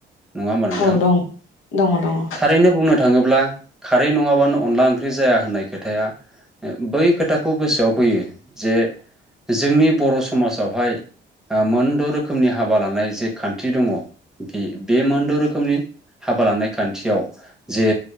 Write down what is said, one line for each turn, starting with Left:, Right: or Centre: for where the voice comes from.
Centre: नङा होमबा नोंथां
Left: औ दं दङ दङ
Centre: थारैनो बुंनो थाङोब्ला खारै नङाबानो अनला ओंख्रि जाया होननाय खोथाया बै खोथाखौ गोसोआव फैयो जे जोंनि बर' समाजावहाय मोन मोनद' रोखोमनि हाबा लानाय जे खान्थि दङ बे बे मोनद' रोखोमनि हाबा लानाय खान्थियाव जे